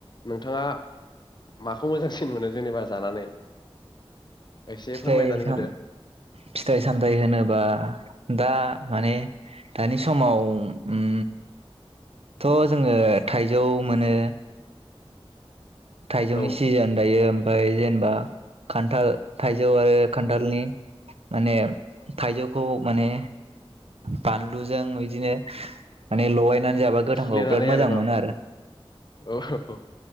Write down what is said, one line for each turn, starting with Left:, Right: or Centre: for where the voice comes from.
Left: नोंथाङा माखौ मोजांसिन मोनो जेनेबा जानानै? एसे
Right: फिथाइ
Left: फोरमायनानै
Right: साम
Left: होदो
Right: फिथाइ सामथायाइ होनोब्ला दा माने दानि समाव उम थ जोङो थाइजौ मोनो थाइजौनि
Left: औ
Right: सिजोन दायो ओमफ्राय जेनेबा <unintelligible> खान्थाल थाइजौ आरो खान्थालनि माने थाइजौखौ माने बानलुजों बिदिनो मान लगायनानै जाबा गोथांखौ
Left: थुफ्लेनानै
Right: बिराद मोजां
Left: आरो न
Right: मोनो
Left: औ।